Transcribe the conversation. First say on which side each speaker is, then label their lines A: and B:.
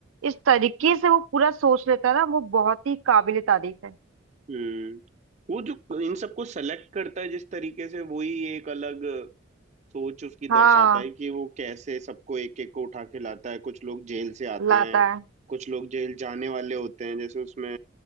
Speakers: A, on the right; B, on the right.
A: इस तरीके से वो पूरा सोच लेता है ना वो बहुत ही काबिले तारीफ है
B: हम्म वो जो इन सबको सेलेक्ट करता है जिस तरीके से वही एक अलग सोच उसकी
A: हाँ
B: दर्शाता है कि वो कैसे सबको एक एक को उठा के लाता है कुछ लोग जेल से आते
A: लाता
B: हैं
A: है
B: कुछ लोग जेल जाने वाले होते हैं जैसे उसमें